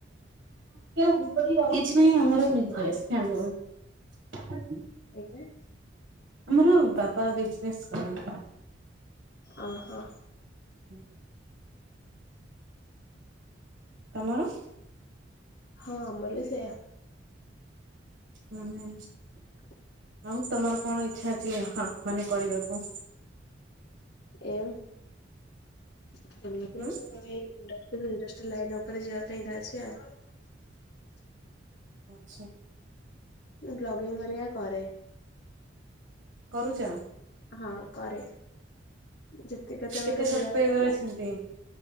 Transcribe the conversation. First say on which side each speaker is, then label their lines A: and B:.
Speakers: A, on the right; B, on the left.
A: କିଛି ନାହିଁ ଆମର <unintelligible>
B: ଆଜ୍ଞା
A: ଆମର ବାପା ବିଜନେସ୍ କରନ୍ତି
B: ଅହୋ
A: ହୁଁ ତମର
B: ହଁ ମର ସେୟା
A: ହୁଁ ହୁଁ
B: <inaudible>
A: ହଁ ତମର କଣ ଇଚ୍ଛା ଅଛି ହଁ ମାନେ କରିବାକୁ
B: ଏମ <unintelligible>
A: ହୁଁ
B: <unintelligible> ଲାଇନ ଉପରେ ଯିବା ପାଇଁ <unintelligible>
A: ଆଛା
B: ବ୍ଲଗିଙ୍ଗ <unintelligible> କରେ
A: କରୁଛ
B: ହଁ କରେ <unintelligible> ଯିବା କଥା
A: କେତେ
B: ଯାଅ
A: ସବସ୍କ୍ରାଇବର ଅଛନ୍ତି?